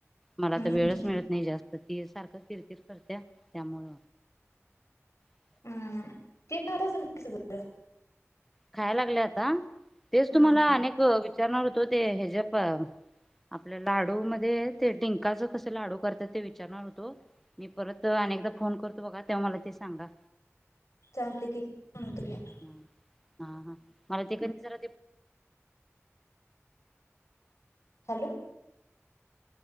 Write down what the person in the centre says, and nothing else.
मला
तर वेळच मिळत नाही जास्त ती सारखं किरकिर करत त्यामुळ <unintelligible>
खायला लागल्या आता तेच तुम्हाला
अनेक विचारणार होतो ते ह्याजप आपल्या लाडू मध्ये ते डिंकाच कस लाडू करतात ते विचारणार होतो मी परत अनेकदा फोन करतो बघा तेव्हा मला ते सांगा
हा- हा -हा <inaudible> मला ते कधी जरा ते